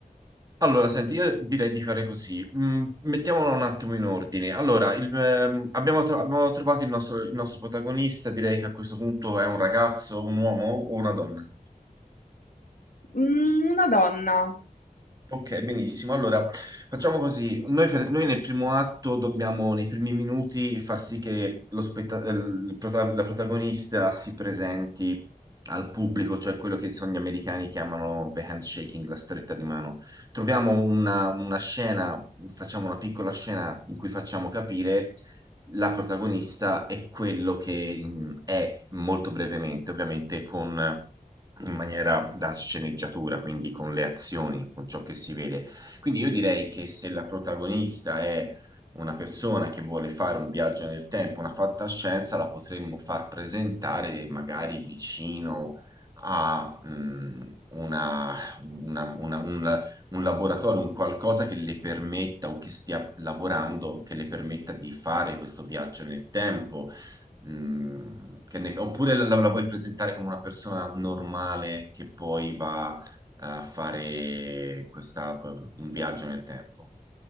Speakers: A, on the right (about 25°); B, on the left (about 70°).
A: Allora, senti, io direi di fare così. Mm, mettiamolo un attimo in ordine. Allora, il, ehm, abbiamo, tro- abbiamo trovato il nostro, il nostro protagonista, direi che a questo punto è un ragazzo, un uomo o una donna?
B: Mm, una donna.
A: Ok, benissimo. Allora, facciamo così. Noi, per- noi nel primo atto dobbiamo, nei primi minuti, far sì che lo spetta- eh, il prota- la protagonista si presenti al pubblico, cioè quello che sono gli americani chiamano the handshaking, la stretta di mano. Troviamo una, una scena, facciamo una piccola scena in cui facciamo capire la protagonista e quello che mm, è molto brevemente, ovviamente con in maniera da sceneggiatura, quindi con le azioni, con ciò che si vede. Quindi io direi che se la protagonista è una persona che vuole fare un viaggio nel tempo, una fantascienza, la potremmo far presentare magari vicino a mm, una- una- una- un, un laboratorio, un qualcosa che le permetta o che stia lavorando, che le permetta di fare questo viaggio nel tempo Mm, che ne- oppure la, la vuoi presentare come una persona normale che poi va a fare questa, un viaggio nel tempo.